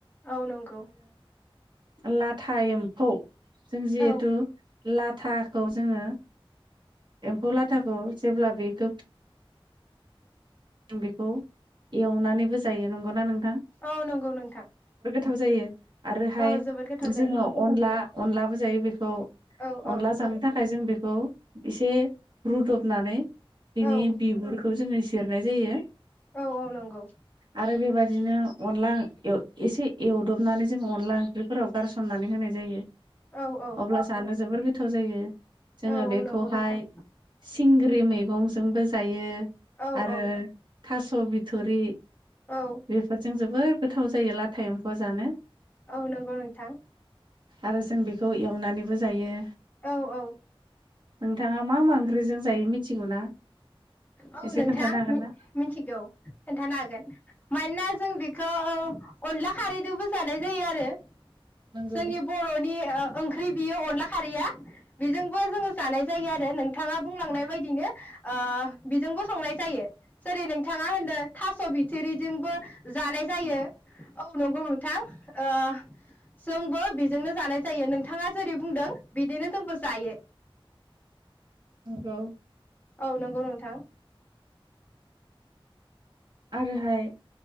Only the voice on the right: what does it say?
आं लाथा एम्फौ। जों जिहेथु
ला थाखौ जोङो। एम्फौ लाथाखौ जेब्ला बेखौ
बेखौ एवनानैबो जायो नंगौना नों
थाव जायो। आरोहाय
जोङो अनला अनलाबो जायो बे खौ
अनला
जानो थाखाय जों बे खौ एसे रुदबनानै बिनि
बिगुरखौ जोङो इ हरनाय जायो।
आरो बेबादिनो अनला एसे एवदबनानै जों अनला ओंख्रिफोराव गारसननानै होनाय जायो।
अब्ला सानो जोबोर गो थाव जायो। जोङो
बेखौहाय
सिंग्रि मैगंजोंबो जायो।
आरो
थास बिथरि
बेफोरजों जोबोर गोथाव जायो लाथा एमफौआ जानो।
आरो जों बेखौ एवनानैबो जायो।
नोंथाङा मा मा ओंख्रिजों जायो मिथिगौ ना
एसे
खोन्थानो
हागोन
ना
नंगौ
औ
आरोहाय